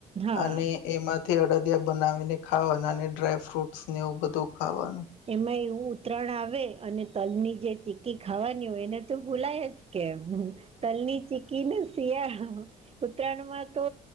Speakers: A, on the right; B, on the left.
A: હા
B: અને એમાંથી અડદિયા બનાવીને ખાવાના અને ડ્રાય ફ્રૂટસ ને એવું બધું ખાવાનું
A: એમાં એવું ઉતરાણ આવે અને તલ ની જે ચીકી ખાવાની હોય એને તો ભૂલાય જ કેમ તલની ચીકી ને શિયાળામાં ઉત્તરાયણમાં તો